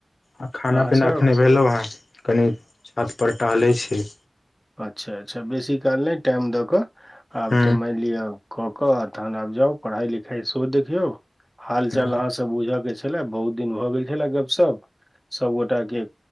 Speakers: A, on the left (about 75°); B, in the centre.
A: आ खाना-पीना
B: अहाँसभ
A: एखने भेलहुँ हँ कनि छत पर टहलै छी।
B: अच्छा-अच्छा बेसी काल नै टाइम दऽक। आब
A: ह
B: त मानि लिअ कऽक तहन आब जाउ पढ़ाई- लिखाई सेहो देखियौ। हाल-चाल
A: ह
B: अहाँ सऽ बुझके छैला बहुत दिन भ गेल छैला गप-शप। सबगोटा के